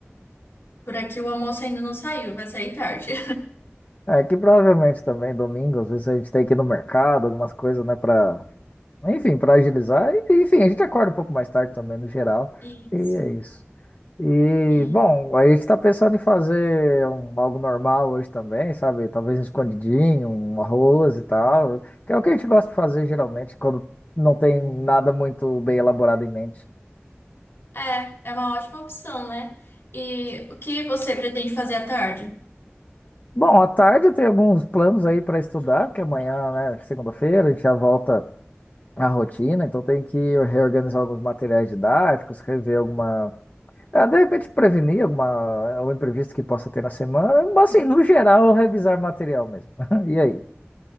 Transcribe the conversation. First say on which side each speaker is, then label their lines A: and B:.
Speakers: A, on the left; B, on the left.
A: Por aqui o almoço ainda não saiu, vai sair tarde.
B: É, aqui provavelmente também domingo, às vezes a gente tem que ir no mercado, algumas coisas, né, pra... Enfim, pra agilizar. E, enfim, a gente acorda um pouco mais tarde também, no geral.
A: <laughs>
B: E
A: Isso.
B: é isso. E,
A: E
B: bom, a gente está pensando em fazer um- algo normal hoje também, sabe? Talvez um escondidinho, um arroz e tal, que é o que a gente gosta de fazer geralmente quando não tem nada muito bem elaborado em mente.
A: é, é uma ótima opção, né? E o que você pretende fazer à tarde?
B: Bom, à tarde eu tenho alguns planos aí para estudar, que amanhã, né, segunda-feira, a gente já volta à rotina, então tem que reorganizar alguns materiais didáticos, rever alguma. Ah, de repente prevenir alguma, algum imprevisto que possa ter na semana, mas assim, no geral, revisar material mesmo. <laughs> E